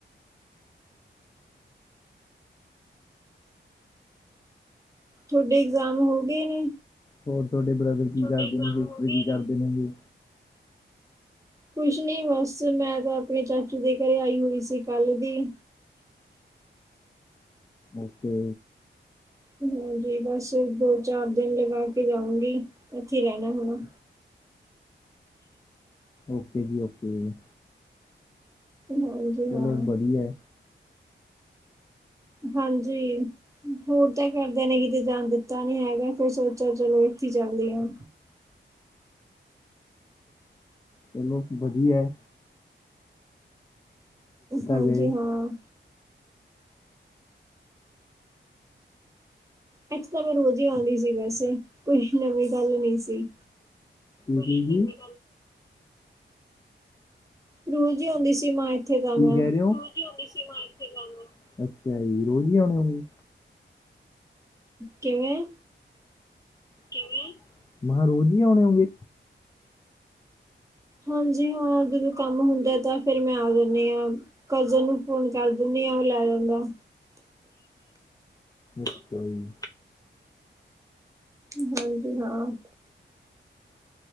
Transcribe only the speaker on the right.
ਥੋਡੇ ਇਗਜ਼ਾਮ ਹੋ ਗੇ ਨੇ?
ਕੁਸ਼ ਨੀ ਬਸ, ਮੈਂ ਤੇ ਆਪਣੀ ਚਾਚੀ- ਕਿਦੇ ਘਰੇ ਆਈ ਹੋਈ ਸੀ ਕੱਲ ਦੀ।
ਹਾਂਜੀ, ਬਸ ਦੋ ਚਾਰ ਦਿਨ ਗਾ ਕੇ ਜਾਊਗੀ, ਉੱਥੇ ਹੀ ਰਹਿਣਾ ਹੁਣ
ਹਾਂਜੀ
ਹਾਂ
ਹਾਂਜੀ, ਹੋਰ ਕੇਆ ਕਰਦੇ ਨੇ ਕਿਤੇ ਜਾਨ ਦਿੱਤਾ ਨੀ ਹੈਗਾ, ਫੇਰ ਸੋਚੇਆ ਚਲੋ ਇੱਥੇ ਚੱਲਦੀ ਆਂ।
ਹਾਂਜੀ
ਹਾਂ। ਇੱਥੇ ਤਾਂ ਮੈਂ ਰੋਜ਼ ਹੀ ਆਉਂਦੀ ਸੀ ਵੈਸੇ ਕੁਛ ਨਵੀਂ ਗੱਲ ਨੀ ਸੀ।
ਰੋਜ਼ ਈ ਆਉਂਦੀ ਸੀ ਮੈਂ ਇੱਥੇ ਤਾਂ
ਮੈਂ
ਕਿਵੇਂ?
ਹਾਂਜੀ ਹਾਂ ਜਦੋਂ ਕੰਮ ਹੁੰਦਾ। ਤਾਂ ਫੇਰ ਮੈਂ ਆ ਦਿੰਦੀ ਹਾਂ ਕਜ਼ਨ ਨੂੰ ਫੋਨ ਕਰ ਦਿੰਦੀ ਆ ਉਹ ਲੈ ਜਾਂਦਾ।
ਹਾਂਜੀ ਹਾਂ।